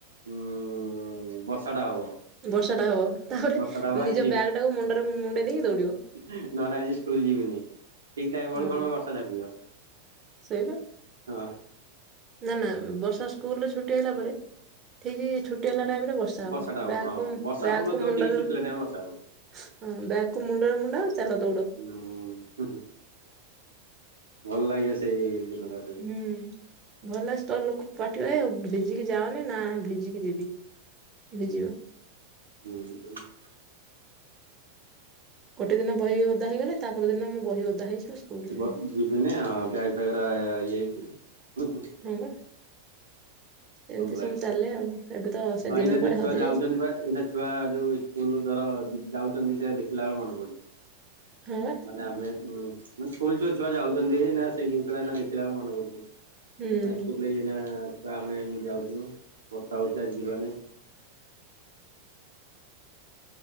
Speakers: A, on the right; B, on the right.
A: ଉ ବର୍ଷା ଟା ହବ
B: ବର୍ଷା ଟା ହବ ତାପରେ
A: ବର୍ଷାଟା ହବ
B: ନିଜ
A: ଆଜି
B: ବ୍ୟାଗ ଟାକୁ ମୁଣ୍ଡରେ ମୁଣ୍ଡେଇ ଦେଇକି ଦୌଡିବ।
A: ନହେନେ ଆଜି ସ୍କୁଲ ଯିବିନି ଠିକ ଟାଇମ ବେଳକୁ
B: ହଁ
A: କଣ ବର୍ଷା ଛାଡ଼ିଯିବ।
B: ସେଇବା
A: ହଁ।
B: ନା ନା ବର୍ଷା ସ୍କୁଲ ରେ ଛୁଟି ହେଲା ପରେ ଠିକ ଛୁଟି ହେଲା ଟାଇମରେ ବ ର୍ଶା ହବ।
A: ବର୍ଷାଟା
B: ବ୍ୟାଗ୍
A: ହଁ
B: କୁ
A: ବର୍ଷା
B: ବ୍ୟାଗ୍
A: ହଉନଥିବ
B: କୁ ମୁଣ୍ଡରେ
A: ଠିକ ଛୁଟିଲା ଟାଇମ ବର୍ଷା
B: ହଁ ବ୍ୟାଗକୁ ମୁଣ୍ଡରେ ମୁଣ୍ଡ ଚାଲ ଦୌଡ
A: ହଁ ଭଲ ଲାଗେ ସେଇ ଦିନରା।
B: ହୁଁ ଭଲସେ ତ ଲୋକ ପାଟି କରିବେ ନା ଭିଜିକି ଯାଅନି ନା ଭିଜିକି ଯିବି। ହେବେ ଯିବା।
A: ହୁଁ <unintelligible>
B: ଗୋଟେ ଦିନ ବହି ଓଦା ହେଇଗଲେ ତାପର ଦିନ ମୋ ବହି ଓଦା ହେଇଛି ସ୍କୁଲ ଯିବିନି
A: ବ ଯିବି ନାଇ ବ୍ୟାଗ ଫ୍ୟାଗ୍ ରା ଇଏ ହେଇଚି ହୁ ହୁ।
B: ହଁ ବା ଏମିତି
A: ଲାଗେ।
B: ସବୁ ଚାଲେ ଆଉ। ଏବେ ତ ସେ
A: ହଁ
B: ଦିନ
A: ଏଇନା
B: କୁଆଡେ
A: ଯୋଉ ଛୁଆ
B: ହଜି
A: ଯାଉଛନ୍ତି
B: ଯାଇଛି
A: ବା ଏଇନା ଛୁଆ ଯୋଉ ସ୍କୁଲ ଧର ଯାଉଛନ୍ତି ସେରା ଦେଖିଲା ବେଳକୁ ମନେ ପଡୁଛି।
B: ହଁ ବା।
A: ମାନେ ଆମେ ସ୍କୁଲ ଯୋଉ ଛୁଆ ଯାଉଛନ୍ତି ନା ସେଇ ଜିନିଷ ଟା ଦେଖିଲାବେଳକୁ ମନେ ପଡୁଛି।
B: ହୁଁ
A: ନା ସ୍କୁଲରେ ଏଇନା ଛୁଆ ଆମେ ଏମିତି ଯାଉଥିଲୁ। ବର୍ଷା ହୋଉଛି ଯିବାନାଇ।